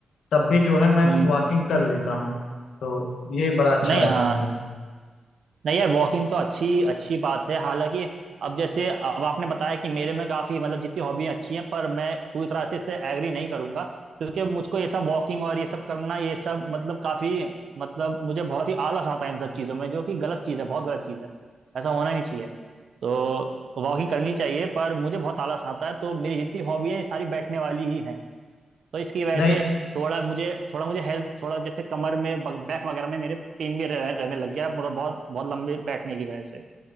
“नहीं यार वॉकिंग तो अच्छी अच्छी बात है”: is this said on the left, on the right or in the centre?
Right